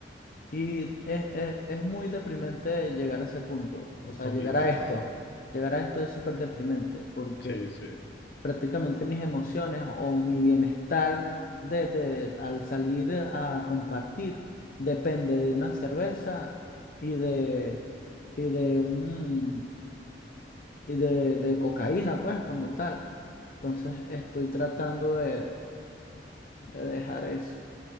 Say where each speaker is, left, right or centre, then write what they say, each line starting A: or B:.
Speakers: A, on the left; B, on the left.
A: Y es, es- es muy deprimente llegar a ese punto, o
B: Es
A: sea,
B: complicado.
A: llegar a esto. Llegar a esto es súper deprimente porque
B: Sí, sí.
A: prácticamente mis emociones o mi bienestar de, de- al salir a compartir depende de una cerveza y de, y de un, y de, de cocaína, pues, como tal. Entonces estoy tratando de, de dejar eso,